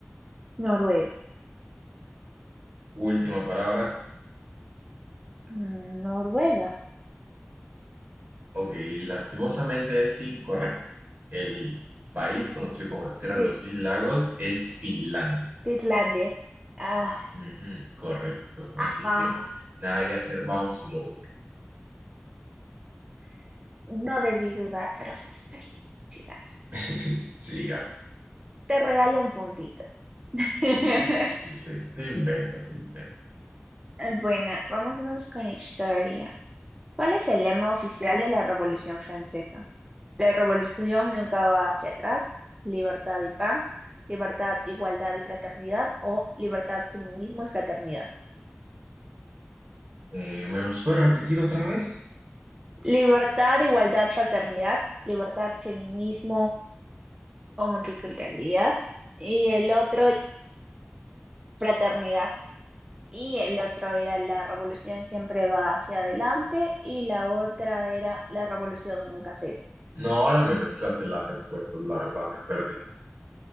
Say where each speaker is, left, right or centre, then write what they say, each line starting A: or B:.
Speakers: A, on the right (about 25°); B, on the right (about 60°).
A: Noruega.
B: Última palabra.
A: Mm, Noruega.
B: Ok, lastimosamente es incorrecto. El país conocido como la Tierra
A: Tit-
B: de los Mil Lagos es Finlandia.
A: Titlandia. Ah,
B: Ujú, correcto.
A: ajá.
B: Así que nada que hacer, vamos lo uno.
A: No debí dudar, pero bueno, está bien. Sigamos.
B: <laughs> Sigamos.
A: Te regalo un puntito. <laughs>
B: Sí, sí, sí, sí. Tú inventa, tú inventa.
A: Bueno, vámonos con historia. ¿Cuál es el lema oficial de la Revolución Francesa? La revolución nunca va hacia atrás. Libertad y pan, libertad, igualdad y fraternidad o libertad, feminismo y fraternidad.
B: Eh, ¿me los puedes repetir otra vez?
A: Libertad, igualdad, fraternidad, libertad, feminismo o multiculturalidad. Y el otro, fraternidad. Y el otro era la revolución siempre va hacia adelante y la otra era la revolución nunca se...
B: No, ahora me mezclaste las respuestas, la verdad, me perdí.